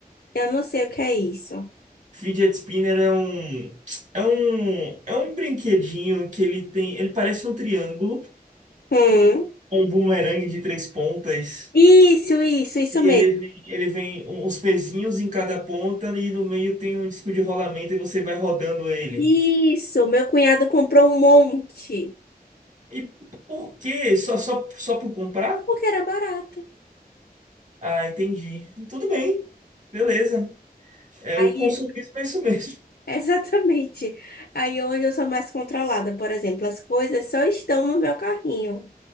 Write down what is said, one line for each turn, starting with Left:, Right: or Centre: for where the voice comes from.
Left: Eu não sei o que é isso.
Right: Fidget spinner é um, é um, é um brinquedinho que ele tem. Ele parece um triângulo,
Left: Hum.
Right: um bumerangue de três pontas.
Left: Isso, isso, isso
Right: E
Left: mesmo.
Right: ele vem, ele vem um, uns pezinhos em cada ponta e no meio tem um disco de rolamento e você vai rodando ele.
Left: Isso, meu cunhado comprou um monte,
Right: E por quê? Só, só, só por comprar?
Left: porque era barato.
Right: Ah, entendi. Tudo bem. Beleza. É,
Left: Aí,
Right: o consumismo é isso mesmo.
Left: <laughs> exatamente. Aí hoje eu sou mais controlada, por exemplo, as coisas só estão no meu carrinho,